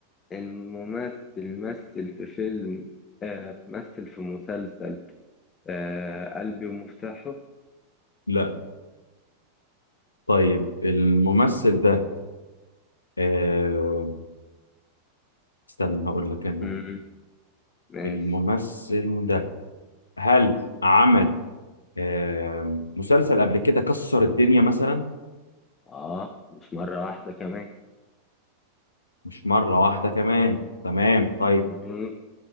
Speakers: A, on the left; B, on the left.
A: الممثل مثل في فيلم آه مثل في مسلسل آه قلبي ومفتاحه
B: لا طيب الممثل ده آه، استنى هقول لك أنا
A: مم، ماشي
B: الممثل ده هل عمل آه، مسلسل قبل كده كسر الدنيا مثلا
A: آه مش مرة واحدة كمان
B: مش مرة واحدة كمان تمام طيب
A: مم.